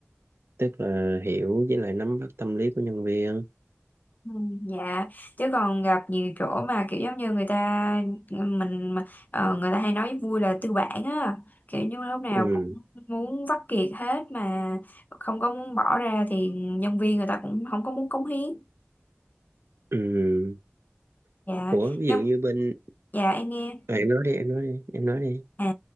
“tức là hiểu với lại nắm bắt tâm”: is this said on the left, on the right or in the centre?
Right